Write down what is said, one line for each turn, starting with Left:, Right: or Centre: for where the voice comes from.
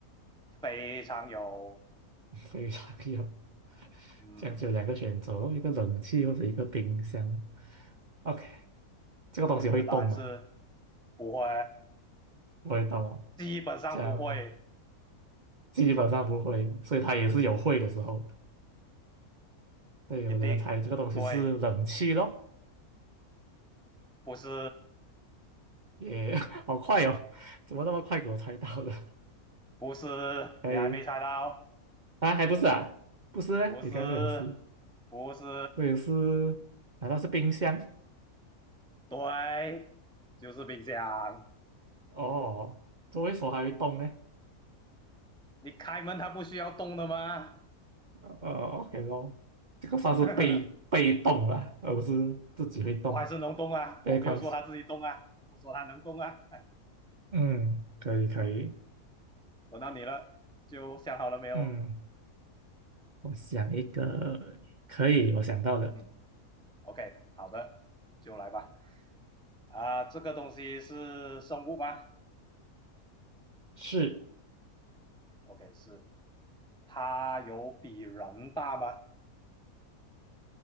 Centre: 非常有，
Right: <laughs> 非常有
Centre: 嗯，
Right: 这样就有两个选择咯，一个冷气或者一个冰箱。OK，这个东西会动吗？
Centre: 所以你的答案是不会，
Right: 不会动啊，
Centre: 基本上不会，
Right: 这样基本上不会，所以它也是有会的时候。
Centre: 嗯，
Right: 对，
Centre: 一定对，
Right: 有的人猜这个东西是冷气咯，
Centre: 不是，
Right: 也 <laughs> 好快哦，怎么那么快给我猜到了？
Centre: 不是，
Right: <laughs> 哎，
Centre: 你还没猜到哦。
Right: 啊，还不是啊，不是嘞，
Centre: 不是，
Right: 你刚才不讲是，
Centre: 不是，
Right: 我也是，难道是冰箱？
Centre: 对，就是冰箱。
Right: 哦，周围说还会动呢？
Centre: 你开门它不需要动的吗？
Right: 呃，OK 咯，这个算是被被动了，
Centre: <laughs>
Right: 而不是自己会动。
Centre: 我还是能动啊，
Right: b
Centre: 我没有说它自己动啊，
Right: 被关系，
Centre: 我说它能动啊。<laughs>
Right: 嗯，可以可以，
Centre: 嗯，轮到你了，就想好了没有？
Right: 嗯，我想一个，可以，我想到了，
Centre: 嗯嗯，OK，好的，就来吧。啊，这个东西是生物吗
Right: 是
Centre: ？OK，是。它有比人大吗？